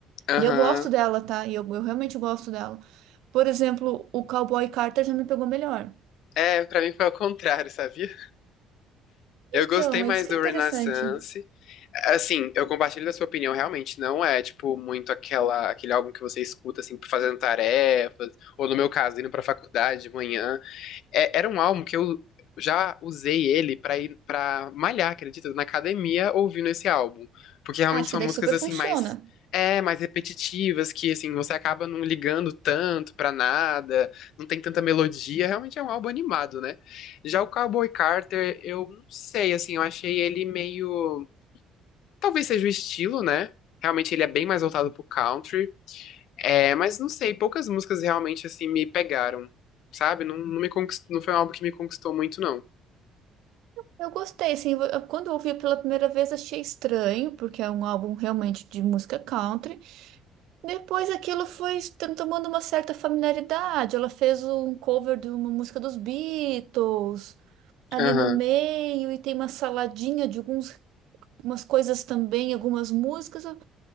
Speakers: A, on the left; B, on the right.
A: Aham.
B: E eu gosto dela, tá? E eu, eu realmente gosto dela. Por exemplo, o Cowboy Carter já me pegou melhor.
A: É, pra mim foi ao contrário, sabia? Eu
B: Então,
A: gostei mais
B: é isso que
A: do
B: é interessante.
A: Renaissance. Assim, eu compartilho da sua opinião, realmente não é, tipo, muito aquela, aquele álbum que você escuta, assim, fazendo tarefas, ou no meu caso, indo pra faculdade de manhã. É- era um álbum que eu já usei ele pra ir para malhar, acredita? Na academia ouvindo esse álbum, porque realmente
B: Acho
A: são
B: que daí
A: músicas
B: super
A: assim
B: funciona.
A: mais é, mais repetitivas, que assim você acaba não ligando tanto pra nada, não tem tanta melodia, realmente é um álbum animado, né? Já o Cowboy Carter, eu não sei, assim, eu achei ele meio, talvez seja o estilo, né? Realmente ele é bem mais voltado pro country. É, mas não sei, poucas músicas realmente assim me pegaram, sabe? Não, não me conquist... não foi um álbum que me conquistou muito, não.
B: Eu gostei, assim, eu- eu- quando eu ouvi pela primeira vez achei estranho, porque é um álbum realmente de música country. Depois aquilo foi se tomando uma certa familiaridade. Ela fez um cover de uma música dos Beatles ali
A: Aham.
B: no meio e tem uma saladinha de alguns umas coisas também, algumas músicas. Eu